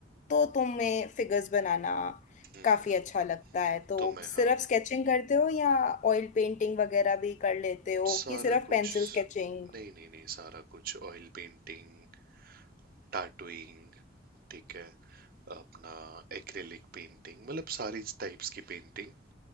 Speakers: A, on the left (about 40°); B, on the right (about 50°).
A: तो तुम्हें फिगर्स बनाना
B: हम्म।
A: काफ़ी अच्छा लगता है तो
B: तो मैं
A: सिर्फ
B: हाँ
A: स्केचिंग करते हो या ऑयल पेंटिंग वगैरह भी कर लेते हो
B: सारा
A: कि सिर्फ
B: कुछ
A: पेंसिल स्केचिंग
B: नहीं नहीं नहीं सारा कुछ ऑयल पेंटिंग टैटूइंग ठीक है अपना एक्रिलिक पेंटिंग मतलब सारी टाइप्स की पेंटिंग